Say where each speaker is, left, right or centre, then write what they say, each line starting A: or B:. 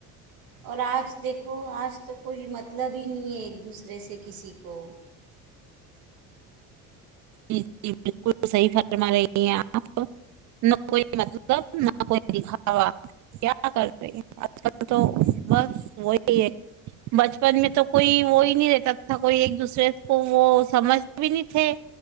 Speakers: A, on the right; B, on the right.
A: اور آج دیکھو آج تو کوئی مطلب ہی نہیں ہے ایک دوسرے سے کسی کو
B: ج جی بالکل صحیح فرما رہی ہیں آپ نہ کوئی مطلب نہ کوئی دکھاوا کیا کر رہ آج کل تو بس وہی ہے بچپن میں تو کوئی وہی نہیں رہتا تھا کوئی ایک دوسرے کو وہ سمجھ بھی نہیں تھے